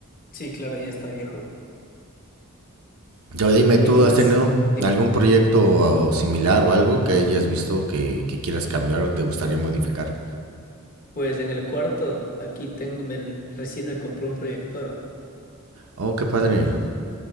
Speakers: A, on the left; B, on the right.
A: Sí, claro, ya está viejo.
B: Yo dime, ¿tú
A: ¿Y qué más?
B: has tenido
A: Dime.
B: algún proyecto similar o algo que hayas visto que, que quieras cambiar o te gustaría modificar?
A: Pues en el cuarto, aquí tengo, me, recién me compré un proyector.
B: Oh, qué padre.